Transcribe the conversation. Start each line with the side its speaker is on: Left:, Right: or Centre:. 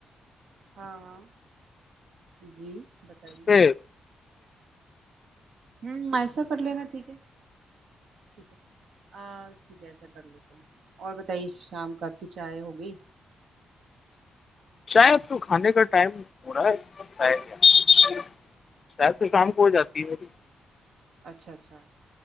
Right: ہاں ہاں جی بتائیے
Left: میں
Right: ہوں ایسا کر لے گا ٹھیک ہے ٹھیک ہے آ ٹھیک ہے ایسا کر لیتے ہیں اور بتائیے شام کا آپ کی چائے ہو گئی
Left: شاید تو کھانے کا ٹائم پورا ہے شید شاید تو شام کو ہو جاتی ہے میری
Right: اچھا اچھا